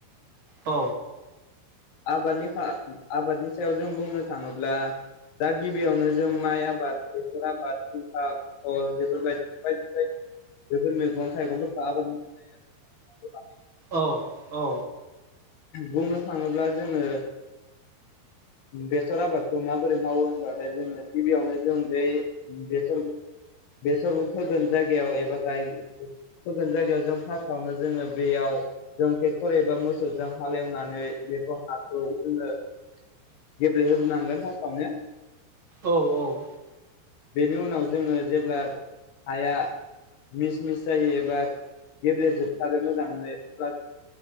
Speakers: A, on the right; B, on the left.
A: अ
B: आबादनि आबादनि सायाव जों बुंनो थाङोब्ला दा गिबियावनो जों माइ आबाद बेसर आबाद, जिंखा आबाद। अ बेफोरबादिनो बायदि बायदि बेफोर मैगं-थाइगंफोरखौ आबाद। मावनानै
A: औ औ।
B: बुंनो थाङोब्ला जोङो। बेसर आबादखौ माबोरै मावो होनबाथाय जोङो गिबियावनो जों बै बेसरखौ। बेसर फोगोन जायगायाव एबा गाय फोगोन जायगायाव जों फार्स्टआवनो जोङो बेयाव। जों ट्रेक्टर एबा मोसौजों हालेवनानै बेखौ हाखौ जोङो। गेब्लेहोग्रोनांगोन फार्सआवनो
A: औ औ।
B: बेनि उनाव जोङो जेब्ला हाया मिस मिस जायो एबा गेब्लेजोबथारो मोजाङै अब्ला।